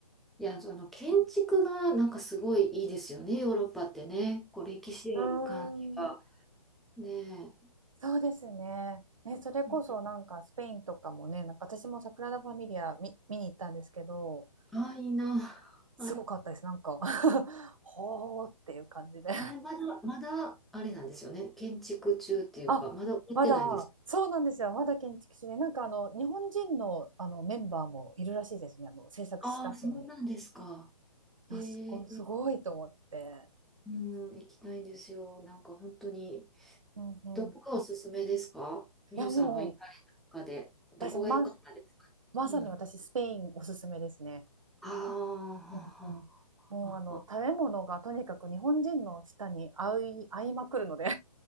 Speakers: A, in the centre; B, on the right.
A: や、その建築がなんかすごいいいですよね、ヨーロッパってね。こう歴史ある感じが。
B: うーん。
A: ねえ。
B: そうですね。ね、それこそなんかスペインとかもね、
A: うん
B: なんか私もサグラダ・ファミリア見、見に行ったんですけど、
A: あ、いいな。
B: すごかったです。
A: はい。
B: なんか <laughs> ほーっていう感じで。
A: あれ、まだ、まだ、あれなんですよね。建築中っていうか、
B: あ、
A: まだ終わってないんです。
B: まだ、そうなんですよ。まだ建築士で、なんかあの日本人の、あのメンバーもいるらしいですね。あの制作スタッフに。
A: ああ、そうなんですか。へえ。
B: あ、すごい、すごいと思って。
A: うん、行きたいんですよ。なんか本当に。
B: うんうん、
A: どこがおすすめですかミュウさんは行かれた中で、
B: いやもう
A: どこが良かったですかうん。
B: 私ま、まさに私スペインおすすめですね。
A: ああ、
B: うんうん。もうあの食べ物がとにかく日本人の舌に合い、
A: ああ、ああ、
B: 合いまくるので